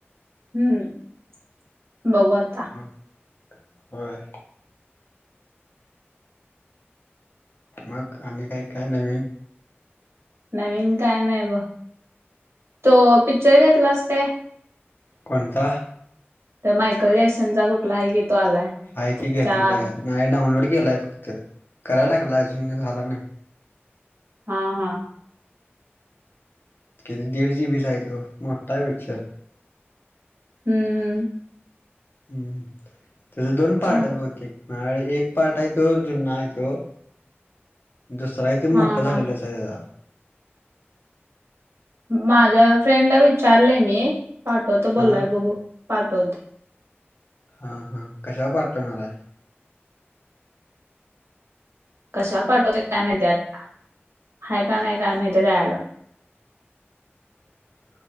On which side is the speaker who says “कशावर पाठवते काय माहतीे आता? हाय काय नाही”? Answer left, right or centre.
Right